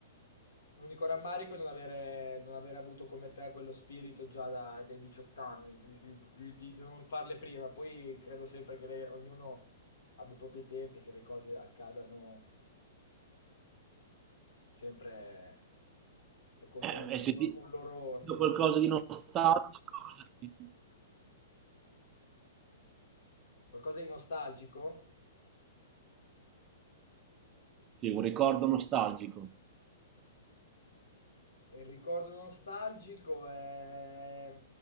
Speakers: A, on the left; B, on the right.
A: L'unico rammarico è non avere, non avere avuto come te quello spirito già da- dai 18 anni, di, di- di- di- di non farle prima. Poi credo sempre che le- ognuno abbia i propri tempi, che le cose accadano sempre secondo
B: Eh,
A: un,
B: e se
A: un-
B: ti
A: un loro ordine.
B: dico qualcosa di nostalgico, cosa ti- dico?
A: Qualcosa di nostalgico?
B: sì, un ricordo nostalgico.
A: Il ricordo nostalgico è,